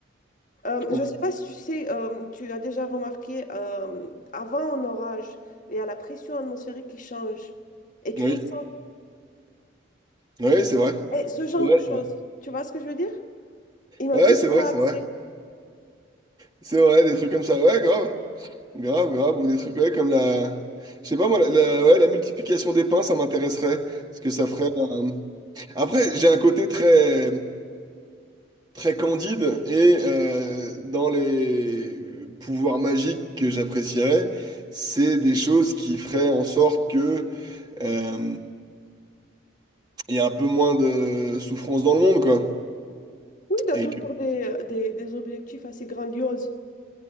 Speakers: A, on the left; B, on the right.
A: Euh,
B: Je comprends.
A: je ne sais pas si tu sais, euh, tu as déjà remarqué, euh, avant un orage, il y a la pression atmosphérique qui change, et tu
B: Oui,
A: le sens.
B: oui, c'est vrai.
A: Et ce
B: C'est
A: genre
B: vrai,
A: de choses,
B: c'est vrai.
A: tu vois ce que je veux dire? Imagine
B: Ouais, c'est
A: si
B: vrai,
A: tu as
B: c'est
A: accès.
B: vrai. C'est vrai, des trucs comme ça. Ouais, grave. Grave, grave. Ou des trucs, ouais, comme la... Je sais pas, moi, la, la- ouais, la multiplication des pains, ça m'intéresserait. Parce que ça ferait un- Après, j'ai un côté très, très candide et euh, dans les pouvoirs magiques que j'apprécierais, c'est des choses qui feraient en sorte que euh, il y a un peu moins de souffrance dans le monde, quoi.
A: Oui, tu as
B: Et
A: toujours
B: que...
A: des, des, des objectifs assez grandioses.